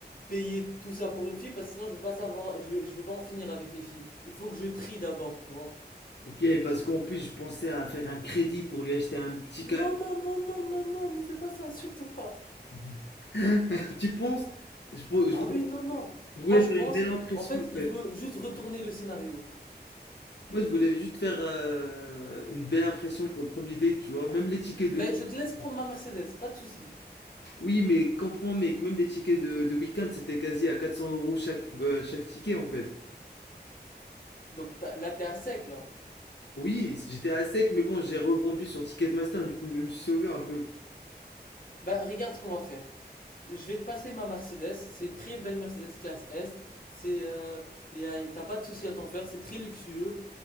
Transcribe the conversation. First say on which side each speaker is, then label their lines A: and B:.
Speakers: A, on the left; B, on the left.
A: payer tout ça pour une fille parce que sinon je vais pas savoir, je, vais- je vais pas en finir avec les filles. Il faut que je trie d'abord, tu vois.
B: Ok, parce qu'en plus, je pensais à faire un crédit pour lui acheter un petit cadeau
A: Non, non, non, non, non, non, ne fais pas ça, <laughs> surtout pas.
B: <laughs> Tu penses? Je, pour- je
A: Ah
B: voulais,
A: oui, non, non.
B: je
A: Moi
B: voulais
A: je
B: faire
A: pense,
B: une belle impression,
A: en fait,
B: en
A: il
B: fait.
A: faut juste retourner le scénario.
B: Moi, je voulais juste faire euh, une belle impression pour le premier date, tu vois. Même les tickets
A: Mais
B: de...
A: je te laisse prendre ma Mercedes, pas de souci.
B: Oui, mais comprends, mec, même les tickets de, de week-end, c'était quasi à 400 euros chaque, euh, chaque ticket, en fait.
A: Donc t'as- là t'es à sec là.
B: Oui, j'étais à sec, mais bon, j'ai revendu sur Ticketmaster, du coup, je me suis sauvé un peu.
A: Bah regarde ce qu'on va faire. Tu- Je vais te passer ma Mercedes, c'est une très belle Mercedes classe S. C'est euh, y a- t'as pas de souci à t'en faire, c'est très luxueux.